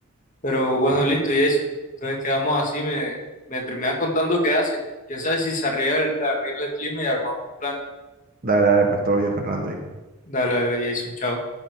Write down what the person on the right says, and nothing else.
Ah,
dale, dale, pues todo bien, Fernando.